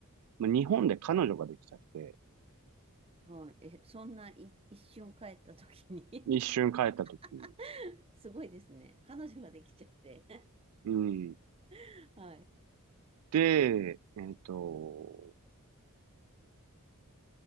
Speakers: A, on the right; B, on the right.
A: まあ日本で彼女ができちゃって、
B: はい。え、そんない一瞬帰った時に
A: 一瞬帰った時に、
B: <laughs> すごいですね。彼女ができちゃって。
A: うん。
B: <laughs> はい、
A: で、えっと、